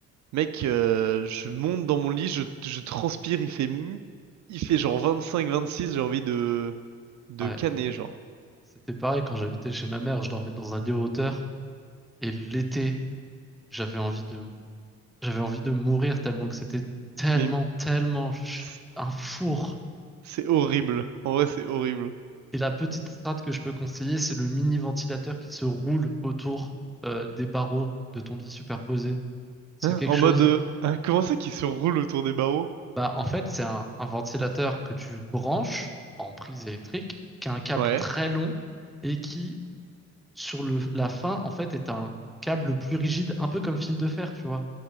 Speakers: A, on the right; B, in the centre.
A: Mec, euh, je monte dans mon lit, je, je transpire, il fait, mu- il fait genre 25-26, j'ai envie de, de
B: Ouais,
A: caner, genre.
B: c'était pareil quand j'habitais chez ma mère, je dormais dans un lit en hauteur et l'été, j'avais envie de j'avais envie de mourir tellement que c'était tellement
A: Mais
B: tellement ch-
A: c'est
B: un four.
A: c'est horrible, en vrai, c'est horrible.
B: Et la petite strate que je peux conseiller, c'est le mini ventilateur qui se roule autour euh, des barreaux de ton lit superposé. C'est
A: Hein?
B: quelque
A: En
B: chose.
A: mode, euh, hein, comment ça qui se roule autour des barreaux?
B: Bah, en fait, c'est un, un ventilateur que tu branches en prise électrique, qui a un câble
A: Ouais.
B: très long et qui, sur le, la fin, en fait, est un câble plus rigide, un peu comme fil de fer, tu vois.